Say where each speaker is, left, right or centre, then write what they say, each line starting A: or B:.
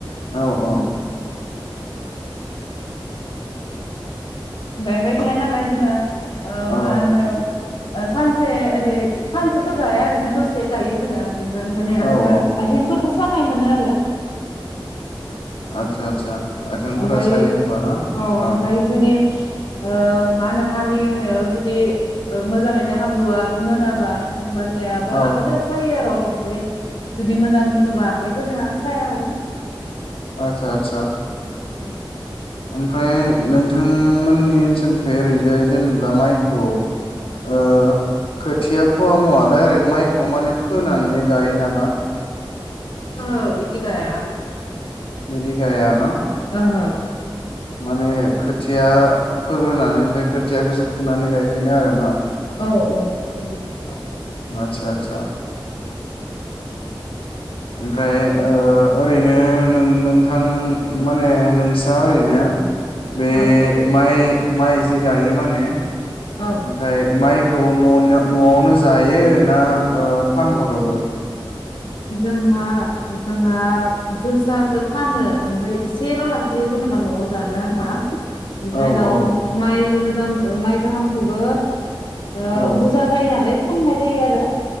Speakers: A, on the left (about 85°); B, on the left (about 65°).
A: औ औ।
B: <inaudible> गायबाय थाया नालाय जोङो ओ
A: औ
B: मा होनो ओ सानसे ओरै सानसेथ' गाया ओरैनो दसे गायो जोङो, उम। उम माने
A: औ
B: जेनबा
A: औ
B: आइथेंफोर खौ सानाय मोनो आरो।
A: आदसा आतसा आइथेंफोरा
B: ओमफ्राय
A: सायो होमबा ना?
B: ओमफ्राय
A: औ।
B: जुदि ओ मा होनो हालि एवनायाव जुदि मोजाङैनो हाब्रुवा मोनाबा होमबानियाबो
A: औ
B: आखाइफोरा सायो आर'। ओमफाय जुदि मोजां मोनोबा आखाइफोरना साया आरो।
A: आतसा आतसा।
B: <inaudible>
A: ओमफ्राय नोंथांमोननि ओनसोलखै ओरैजाय जेनेबा माइखौ ओ खोथिया फोवा मुवा डाइरेक्ट माइखौ माने फोनानै गायो नामा?
B: ओहो इदि गाया।
A: बिदि गाया न'?
B: ओहो।
A: माने खोथिया फोग्रोनानै ओमफाय खोथियाखोसो फुनानै गायफिनो आरो न'?
B: औ औ बिदिसो।
A: आतसा आतसा।
B: <inaudible>
A: ओमफ्राय ओ ओरैनो नों-नोंथां माने नोंस्रा ओरैनो बे
B: औ
A: माइ माइ जि गायो माने ओमफाय
B: औ
A: माइ खौ न'-न'आवनो जायो ना ओ फानहरोबो?
B: जोंहा? जोंहा जोसाखो फानो ओमफाय एसेल' लाखियो जेनेबा न'वाव जानो आन्था। ओमफ्राय
A: औ
B: उनाव
A: औ
B: माइ मो जां माइ गाहामखोबो ओ
A: औ
B: बुजा जायो नालाय फाननाय जायो आरो।